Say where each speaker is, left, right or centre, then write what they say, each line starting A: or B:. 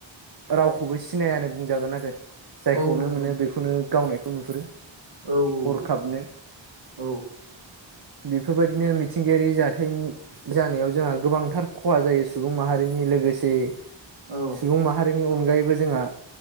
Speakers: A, on the right (about 50°); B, on the right (about 70°).
A: रावखौबो सिनायानो बुंजागोन आरो जायखौनो
B: औ नंगौ
A: मोनो
B: नोंथां
A: बेखौनो गावनायखौ नुहुरो
B: औ औ
A: थाबनो
B: औ
A: बेफोर बायदिनो मिथिंगायारि जाथायनि जानायाव जोंहा गोबांथार खहा जायो सुबुं माहारिनि लोगोसे
B: औ
A: सुबुं माहारिनि अनगायैबो जोंहा